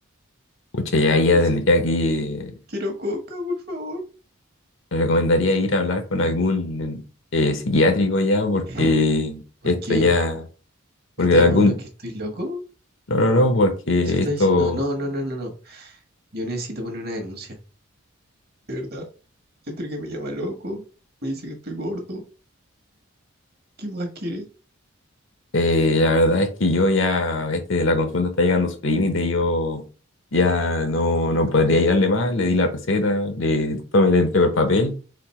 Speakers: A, on the left; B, on the right.
A: Pucha, ya ya
B: Dice,
A: tendría que,
B: Quiero Coca, por favor.
A: le recomendaría ir a hablar con algún eh, psiquiátrico ya, porque
B: <laughs> ¿Por
A: esto
B: qué?
A: ya, porque
B: ¿Me está
A: algún,
B: llamando que estoy loco?
A: no, no, no, porque
B: ¿Eso está
A: esto,
B: diciendo? No, no, no, no, no. Yo necesito poner una denuncia. De verdad, entre que me llama loco, me dice que estoy gordo. ¿Qué más quiere?
A: eh, la verdad es que yo ya, este, la consulta está llegando a su límite y yo ya no, no podría ayudarle más, le di la receta, le, tome, le entrego el papel.